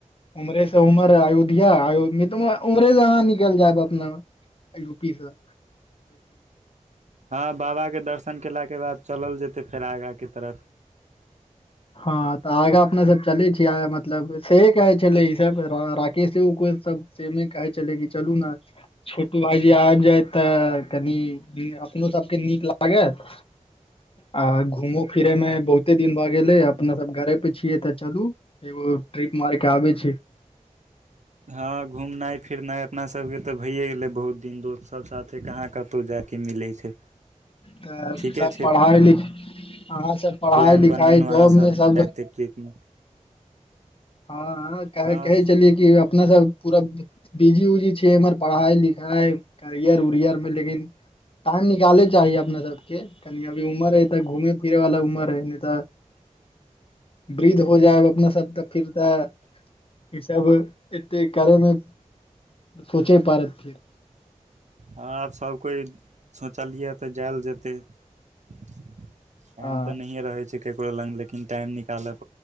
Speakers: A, on the left (about 45°); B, on the right (about 65°).
A: उमरे से उमर अयोध्यायो त उमरे से अहाँ निकल जायब अपना अल्लु पीसअ
B: हँ बाबा क दर्शन केलाके बाद चलल जेतै फेर आगाँ के तरफ
A: हँ तऽ आगा अपना सब चलै छिय मतलब से कहै छले ई सब राकेश उक सब से नैय कहैय छलै कि चालु न छोटू भाइजी आबि जाय तऽ कनि अपनो सभके निक लागत आ घूमो फिरे में बहुते दिन बाद अपना सब घरे पे छिय तऽ चलू एगो ट्रिप मार के आबे छी
B: हँ घुमनाइ फिरनाइ अपना सबके तऽ भइए गेलै बहुत दिन दोस्त सब साथे कहाँ कतौ जाइके मिलै छै
A: तऽ
B: ठीके
A: सब
B: छै
A: पढ़ाइ लिख अहाँ सब पढ़ाई
B: प्लान
A: लिखाइ
B: बनेलहुँ
A: जॉब
B: अहाँ
A: मे सब
B: जायते ट्रिप मे
A: हँ कहे
B: हँ हँ
A: चछलियैए कि अपना सब पूरा बीजी उजी छिय हमर पढ़ाई लिखाई करियर उरियर मे लेकिन टाइम निकालै चाही अपना सभके कनि अभी उमर हौ तऽ घूमै फिरैवालला उमर हौ नहि तऽ वृद्ध हो जाय अपना सब तऽ फिर तऽ ई सब कार्यमे सोचे पारत फेर
B: हँ आब सभकोइ सोचलियै तऽ जायल जेतै टाइम
A: ह
B: तऽ नहिए रहैत छै केकरो लग लेकिन टाइम निकालब